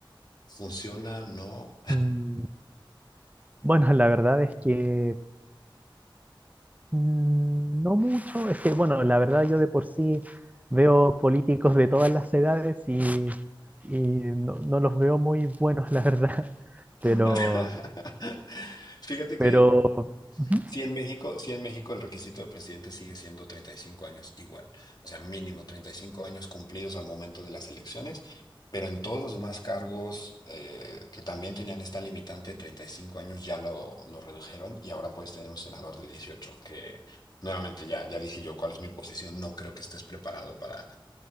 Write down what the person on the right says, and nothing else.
Mm, bueno, la verdad es que mm, no mucho, es que, bueno, la verdad yo de por sí veo políticos de todas las edades y, y no, no los veo muy buenos, la verdad, <laughs> pero...
Pero
Ujú.